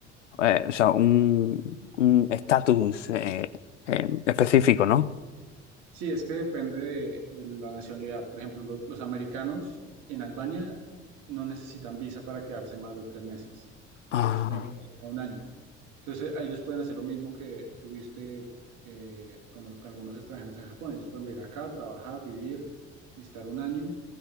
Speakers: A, on the left; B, on the right.
A: eh, o sea, un, un estatus eh, eh, específico, ¿no?
B: Sí, es que depende de, de la nacionalidad. Por ejemplo, lo- los americanos en Albania no necesitan visa para quedarse más de tres meses.
A: Ah,
B: Entonces ellos pueden quedarse acá un año. Entonces a ellos pueden hacer lo mismo que tuviste eh, con, con algunos extranjeros en Japón. Ellos pueden venir acá, trabajar, vivir y estar un año